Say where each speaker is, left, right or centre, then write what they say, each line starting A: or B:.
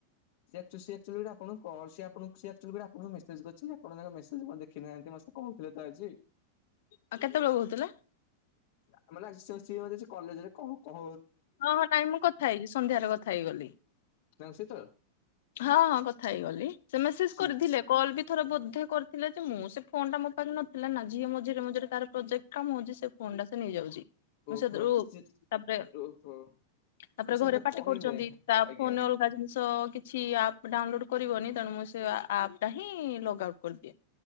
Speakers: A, on the left; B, on the left.
A: ସେଚା ସେଆଚୁ ଆପଣ କଣ ସି ଆପଣ ସେ <unintelligible> ଆପଣଙ୍କୁ ମେସେଜ କରିଛନ୍ତି। ଆପଣ ତାଙ୍କ ମେସେଜ କଣ ଦେଖିନାହାନ୍ତି ମତେ କହୁଥିଲେ ତ ଆଜି।
B: ଆ କେତେବେଳ ହୋଊଥିଲା।
A: ଆମେ ନା ସିଏ ସିଏ ଯଦି କଲେଜରେ କ କ
B: ହଁ ହଁ ନାହିଁ ମୁଁ କଥା ହେଇଚି ସନ୍ଧ୍ୟାରେ କଥା ହେଇଗଲି।
A: ତାଙ୍କ ସହିତ
B: ହଁ ହଁ କଥା ହେଇଗଲି ସେ ମେସେଜ
A: ସି
B: କରିଥିଲେ କ ଲ ବି ଥରେ ବୋଧେ କରିଥିଲେ ଯେ ମୁଁ ସେ ଫୋନ ଟା ମୋ ପାଖ ନଥିଲା ନାଝିଏ ମଝିରେ ମଝିରେ ତାର ପ୍ରୋଜେଟ କାମ ହଉଚି ସେ ଫୋନ ଟା ସେ ନେଇ ଯାଉଛି ମୁଁ
A: ଓହୋ
B: ସେଥିରୁ
A: ତ ସି
B: ତାପରେ
A: ଓହୋ
B: ତାପରେ
A: ତ ସେ
B: ଘରେ
A: ମତେ
B: ପାଟି
A: କହିଲେ
B: କରୁଚନ୍ତି ତା
A: ଆଜ୍ଞା
B: ଫୋନ୍ ରେ ଅଲଗା ଜିନିଷ କିଛି ଅପ୍ ଡାଉନଲୋଡ଼ କରିବନି ତେଣୁ ମୁଁ ସେ ଆପ୍ ଟା ହିଁ ଲଗ ଆଉଟ୍ କରିଦିଏ